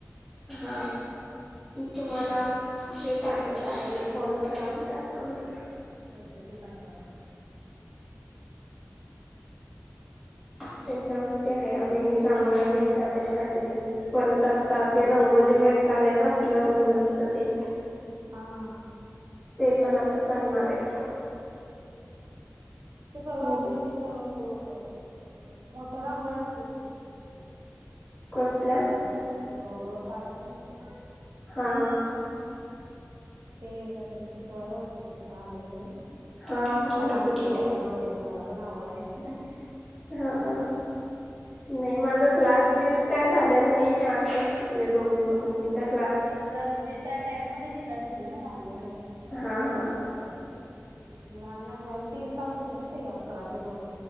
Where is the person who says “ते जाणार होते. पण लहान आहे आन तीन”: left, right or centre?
Right